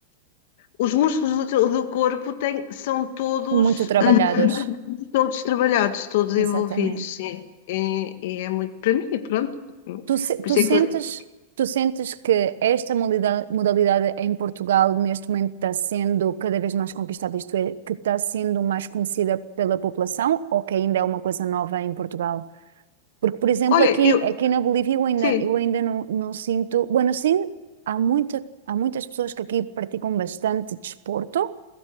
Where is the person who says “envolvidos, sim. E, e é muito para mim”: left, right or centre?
Left